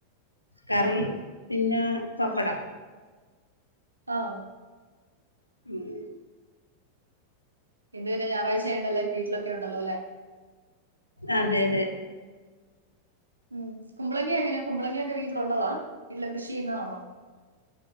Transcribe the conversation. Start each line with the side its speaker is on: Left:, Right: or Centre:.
Left: കറി
Right: ആഹ്
Left: പിന്നെ പപ്പടം
Right: ആഹ്
Left: മ <unintelligible>
Right: ഇന്ന് പിന്നെ ഞായറഴ്ചആയോണ്ടേല്ലാരും വീട്ടിലക്കെ ഉണ്ടല്ലോല്ലേ.
Left: അതെ അതെ
Right: ഉം കുമ്പളങ്ങ എങ്ങനെയാ കുമ്പളങ്ങയൊക്കെ വീട്ടിലുള്ളതാ വീട്ടിൽ കൃഷി ചെയ്യുന്നതാണോ